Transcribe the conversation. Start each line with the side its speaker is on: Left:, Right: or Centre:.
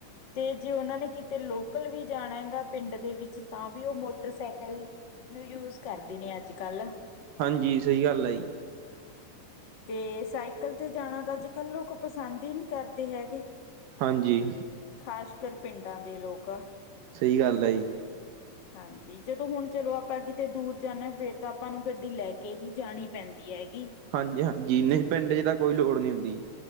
Left: ਤੇ ਜੇ ਉਹਨਾ ਨੇ ਕਿਤੇ ਲੋਕਲ ਵੀ ਜਾਣਾ ਹੈਗਾ ਪਿੰਡ ਦੇ ਵਿੱਚ ਤਾਂ ਵੀ ਉਹ ਮੋਟਰਸਾਈਕਲ ਨੂੰ ਯੂਜ ਕਰਦੇ ਨੇ ਅੱਜ ਕੱਲ।
Right: ਜੀ, ਸਹੀ ਗੱਲ ਆ ਜੀ।
Left: ਤੇ ਸਾਈਕਲ ਤੇ ਜਾਣਾ ਤਾਂ ਅੱਜ ਕੱਲ ਲੋਕ ਪਸੰਦ ਹੀ ਨੀ ਕਰਦੇ ਹੈਗੇ।
Right: ਹਾਂਜੀ।
Left: ਖ਼ਾਸ ਕਰ ਪਿੰਡਾਂ ਦੇ ਲੋਕ।
Right: ਸਹੀ ਗੱਲ ਏ ਜੀ।
Left: ਹਾਂਜੀ ਜਦੋਂ ਹੁਣ ਚਲੋ ਆਪਾਂ ਕਿਤੇ ਦੂਰ ਜਾਨਾ ਫੇਰ ਤਾਂ ਆਪਾਂ ਨੂੰ ਗੱਡੀ ਲੈ ਕੇ ਹੀ ਜਾਨੀ ਪੈਂਦੀ ਹੈਗੀ।
Right: ਹਾਂਜੀ-ਹਾਂਜੀ ਨਈ ਪਿੰਡ ਚ ਤਾਂ ਕੋਈ ਲੋੜ ਨਹੀ ਹੁੰਦੀ।